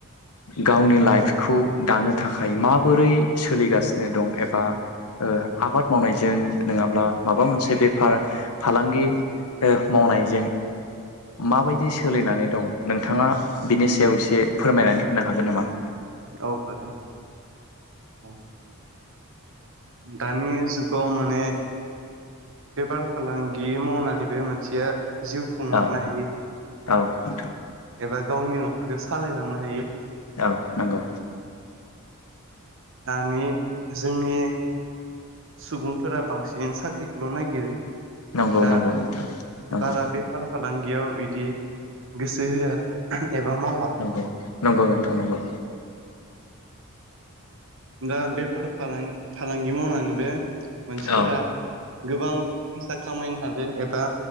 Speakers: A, on the left; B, on the right.
A: गावनि लाइफखौ दानो थाखाय माबोरै सोलिगासिनो दं एबा ओ आबाद मावनायजों नंङाब्ला माबा मोनसे बेफार फालांगि ओ मावनायजों माबायदि सोलिनानै दं नोंथाङा बिनि सायाव एसे फोरमायनानै होनो हागोन नामा?
B: औ हागोन औ। दानि जुगाव माने बेफार फालांगि मावनाय नैबो मानसिया जिउ खुंलांनो
A: औ
B: हायो
A: औ नोंथां
B: एबा गावनि न'खरखौ सालायलांनो हायो।
A: औ नंगौ।
B: दानि जोंनि सुबुंफोरा बांसिन साख्रिखौल' नागिरो।
A: नंगौ
B: दा
A: नंगौ नोंथां नंगौ
B: बारा बेफार फालांगियाव इदि गोसो होआ। एबा मावा
A: नंगौ नंगौ नोंथां नंगौ।
B: दा बेफार फालां फालांगि मावनानैबो मानसिफोरा
A: औ
B: गोबां फैसा खामायनो हादो एबा